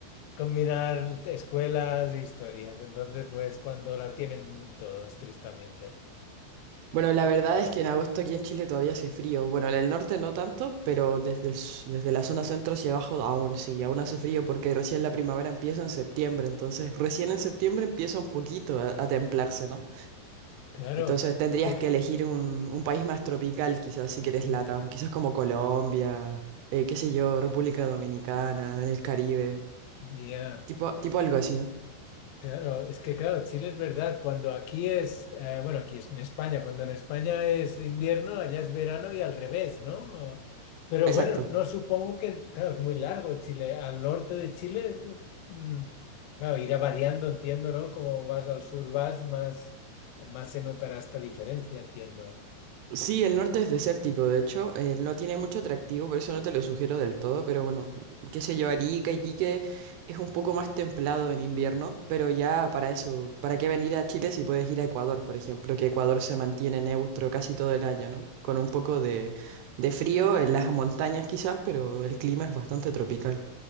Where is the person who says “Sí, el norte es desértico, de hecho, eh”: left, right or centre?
Right